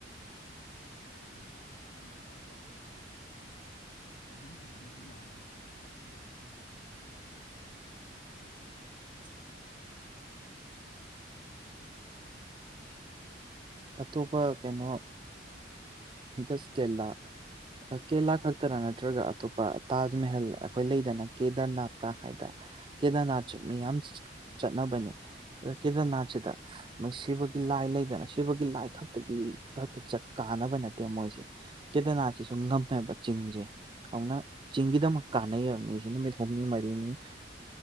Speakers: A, on the left; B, on the right.
A: ꯂꯩꯕꯗꯣ ꯑꯗꯨꯃꯥꯏꯅꯁꯨ ꯇꯧꯕ ꯑꯗꯨꯝ ꯐꯖꯗꯧꯗꯤ ꯃꯥꯜꯂꯦ ꯍꯣꯏ ꯀꯦꯔꯦꯂꯥꯥꯁꯦꯀꯣ <inaudible>
B: <inaudible> ꯑꯇꯣꯞꯄ ꯀꯩꯅꯣ ꯖꯁ ꯀꯦꯂꯥ ꯀꯦꯔꯂꯥ ꯈꯛꯇꯔ ꯅꯠꯇ꯭ꯔꯒ ꯑꯇꯣꯞꯄ ꯇꯥꯖ ꯃꯦꯍꯦꯜ ꯑꯩꯈꯣꯏ ꯂꯩꯗꯅ ꯀꯦꯗꯔꯅꯥꯠꯀ ꯍꯥꯏꯗ ꯀꯦꯗꯔꯅꯥꯠ ꯃꯤ ꯌꯥꯝ ꯆꯠꯅꯕꯅꯦ ꯑꯥ ꯀꯦꯗꯔꯅꯥꯠꯁꯤꯗ ꯃꯩ ꯁꯤꯕꯒꯤ ꯂꯥꯏ ꯂꯩꯗꯅ ꯁꯤꯕꯒꯤ ꯂꯥꯏ ꯈꯛꯇꯒꯤ ꯈꯛꯇ ꯆꯠ ꯀꯥꯟꯅꯕ ꯅꯠꯇꯦ ꯃꯣꯏꯁꯦ ꯀꯦꯗꯅꯥꯠꯁꯤꯁꯨ ꯉꯝꯃꯦꯕ ꯆꯤꯡꯁꯦ ꯍꯧꯅ ꯆꯤꯡꯒꯤꯗꯃꯛ ꯀꯥꯟꯅꯩꯑꯦꯕ ꯨꯝꯤꯁꯦ ꯅꯨꯃꯤꯠ ꯍꯨꯝꯅꯤ ꯃꯔꯤꯅꯤ